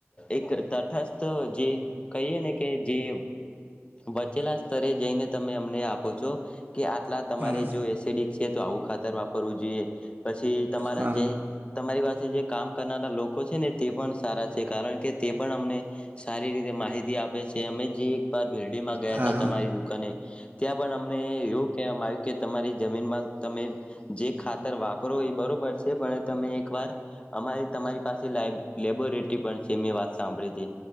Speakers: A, on the left; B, on the right.
A: એક તટસ્થ જે કહીએ ને કે જે વચેલા સ્તરે જઈને તમે અમને આપ પો છો કે આટલા તમારે
B: હા
A: જો એસિડિક છે તો આવું ખાતર વાપરવું જોઈએ. પછી તમારા
B: હા
A: અ જય
B: હા
A: તમારી પાસ કામ કરનારા લોકો છે ને તે પણ સારા છે. કારણ કે તે પણ અમને સારી રીતે માહિતી આપે છે. અમે જે એકવાર ભીરડીમાં ગયાતા
B: હા હા
A: તમારી દુકાને ત્યાં પણ અમને એવું કહેવામાં આવ્યું કે તમારી જમીનમાં તમે જે ખાતર વાપરો એ બરોબર છે. પણ તમે એક વાર અમારે તમારી પાસે લાઇબ લેબોરેટરી પણ છે. મેં વાત સાંભળી તી